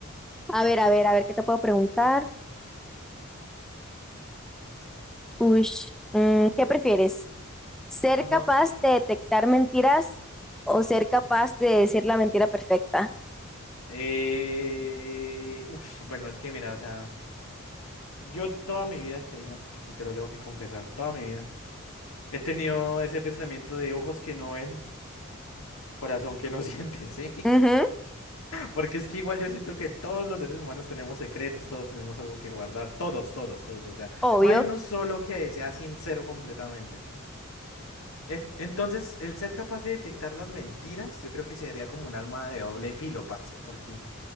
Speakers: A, in the centre; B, on the left.
A: A ver, a ver, a ver, ¿qué te puedo preguntar? Uy, mm, ¿qué prefieres? ¿Ser
B: Ajá.
A: capaz de detectar mentiras o ser capaz de decir la mentira perfecta?
B: Eh... Ush, bueno, es que mira, o sea, yo toda mi vida, Karina, y te lo tengo que confesar, toda mi vida, he tenido ese pensamiento de ojos que no ven, corazón que no <laughs> siente, ¿sí?
A: Ujú,
B: Porque es que igual yo siento que todos los seres humanos tenemos secretos, todos tenemos algo que guardar, todos, todos, todos, o sea,
A: obvio.
B: no hay uno solo que sea sincero completamente, ¿sí? E- Entonces, el ser capaz de detectar las mentiras, yo creo que sería como un arma de doble filo, parce, porque